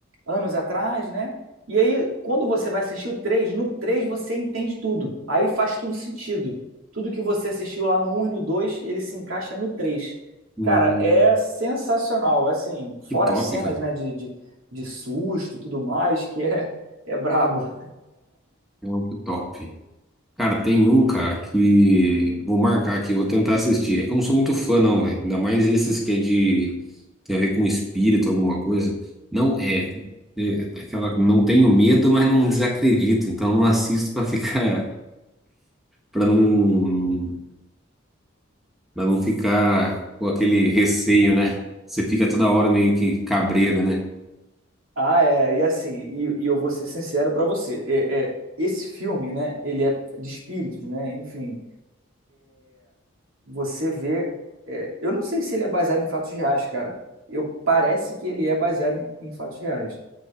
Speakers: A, on the right; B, in the centre.
A: anos atrás, né? E aí, quando você vai assistir o 3, no 3 você entende tudo. Aí faz tudo sentido. Tudo que você assistiu lá no um e no 2, ele se encaixa no 3.
B: Hum,
A: Cara, é sensacional. É Assim, fora
B: que top,
A: as cenas,
B: cara.
A: né? De, de, de susto e tudo mais, que é, é brabo.
B: É um que top. Cara, tem um, cara, que vou marcar aqui, vou tentar assistir. É que eu não sou muito fã, não, velho. Ainda mais esses que é de. Tem a ver com espírito, alguma coisa. Não, é. é é aquela. Não tenho medo, mas não desacredito. Então não assisto pra ficar. para não, para não ficar com aquele receio, né? Você fica toda hora meio que cabreiro, né?
A: Ah, é, e assim, e, e eu vou ser sincero pra você, é, é, esse filme, né, ele é de espíritos, né, enfim, você vê, é, eu não sei se ele é baseado em fatos reais, cara, eu parece que ele é baseado em, em fatos reais,